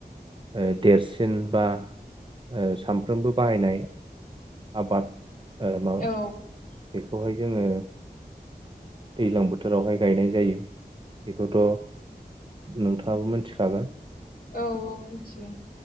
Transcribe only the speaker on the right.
ओ देरसिन बा ओ सामफ्रोमबो बाहायनाय आबाद ओ माबब
बेखौहाय जोङो दैल्जांबोथोरावहाय गायनाय जायो बे नुथ नोथा ओं मोनथिखागोन